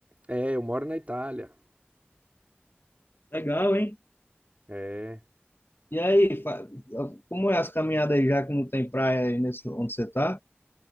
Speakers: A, on the right; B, on the left.
A: É, eu moro na Itália.
B: Legal, hein?
A: É.
B: E aí, fa- como é as caminhadas aí, já que não tem praia aí nesse, onde você tá?